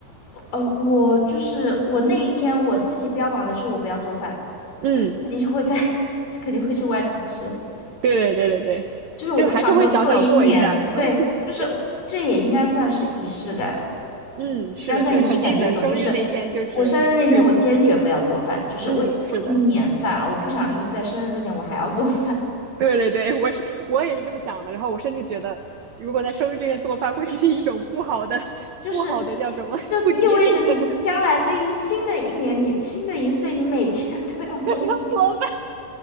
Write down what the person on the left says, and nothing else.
哦，我就是我那一天我自己标榜的是我不要做饭，
所以肯定是会在 <laughs>，肯定会去外面吃。
就是我不想说做一年，
对，
就是我这也应该算是仪式感，
应该算仪式感的一种。
就是我生日那天，我坚决不要做饭，就是我已经做一年饭了，
我不想就是在生日这天我还要做饭。
就是
就意味着你这将来这一新的一年，
你新的一岁，你每天 <laughs> 都要做，